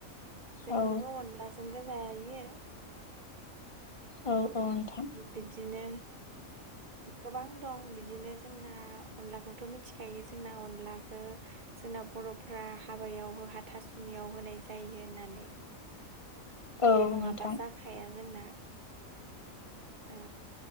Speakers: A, on the right; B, on the left.
A: जोंबो
B: औ
A: अनलाजोंबो जायो
B: औ औ नोंथां
A: बिदिनो गोबां दं बिदिनो जोंना अनलाखौथ' मिथिखायो जोंना अनलाखो जोंना ब र'फ्रा हाबायाव हाथासुनियाव होनाय जायो होननानै
B: औ
A: बे नङाबा
B: नोंथां
A: जाखाया जोंना ओ